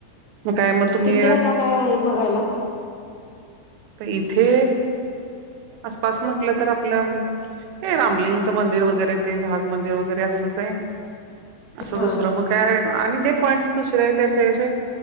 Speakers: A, on the right (about 90°); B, on the left (about 75°).
A: मग काय मग तुम्ही
B: तिथे आता काय आहे बघायला
A: तर इथे आसपास म्हटलं तर आपलं हे रामलिंगचं मंदिर वगैरे ते झाज मंदिर वगैरे असंच आहे असं
B: हा
A: दुसरं मग काय आणि जे पॉइंट्स दुसरे ते असे कसे